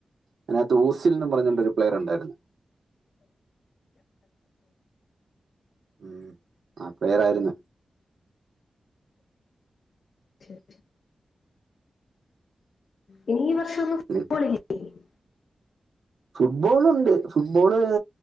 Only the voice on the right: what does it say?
അതിനകത്ത് ഊസിൽന്ന് പറഞ്ഞണ്ടെരു പ്ലെയർ ഉണ്ടായിരുന്നു ഉം ആ പേരായിരുന്നു
ഉം
ഫുട്ബോൾ ഉണ്ട് ഫുട്ബോള്